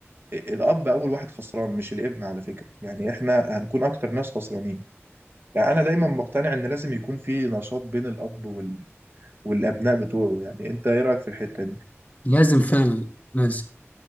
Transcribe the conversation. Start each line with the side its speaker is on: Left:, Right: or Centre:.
Right: الاب اول واحد خسران مش الابن على فكره يعني احنا هنكون اكتر ناس خسرانين فانا دايما بقتنع ان لازم يكون في نشاط بين الاب وال... والابناء بتوعه يعني انت ايه رايك في الحته دي
Left: لازم فعلا لازم